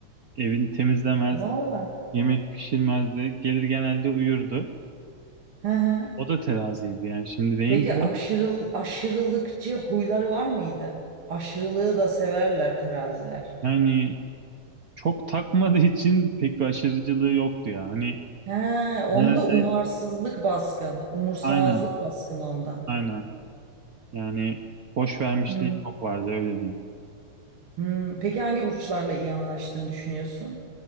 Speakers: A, on the right; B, on the right.
A: Evini temizlemez,
B: Valla.
A: yemek pişirmezdi. Gelir genelde uyurdu.
B: Hı hı.
A: O da teraziydi yani şimdi deyince
B: Peki aşırıl, aşırılıkçı huyları var mıydı? Aşırılığı da severler teraziler.
A: yani çok takmadığı için pek bir aşırıcılığı yoktu ya. Hani
B: He, onda
A: genelde
B: umarsızlık baskın, umursamazlık
A: Aynen,
B: baskın onda.
A: aynen. Yani boş vermişliği
B: Hı hı.
A: çok vardı öyle diyeyim.
B: Hmm, peki hangi burçlarla iyi anlaştığını düşünüyorsun?